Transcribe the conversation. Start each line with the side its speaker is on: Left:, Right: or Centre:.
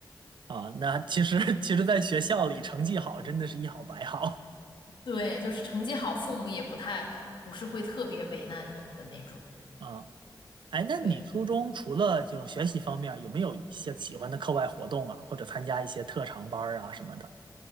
Right: 啊，那其实其实，在学校里成绩好真的是一好百好
Left: 对，就是成绩好，父母也不太不是会特别为难你的那种。
Right: 啊。<laughs> 哎，那你初中除了这种学习方面儿有没有一些喜欢的课外活动啊，
Left: 对。
Right: 或者参加一些特长班儿啊什么的？